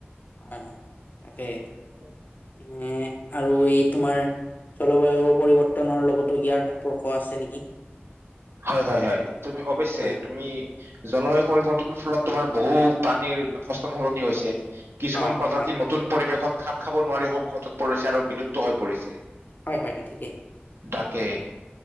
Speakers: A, on the left; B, on the right.
A: হয়। তাকে।
B: অ,
A: এনে আৰু, এই তোমাৰ জলবায়ু পৰিৱৰ্তনৰ লগতো ইয়াৰ সম্পৰ্ক আছে নেকি?
B: হয়, হয়, হয়, তুমি অৱশ্যে
A: হয়,
B: তুমি জলবায়ু পৰিৱৰ্তনৰ ফলত তোমাৰ, বহু প্ৰাণীৰ বাসস্থান সলনি হৈছে। কিছুমান
A: অ',
B: প্ৰজাতি
A: হয়,
B: নতুন পৰিৱেশত খাপ খাব নোৱাৰি, সংকটত পৰিছে, আৰু বিলুপ্ত হৈ পৰিছে,
A: হয়, হয়, হয় ঠিকে
B: তাকে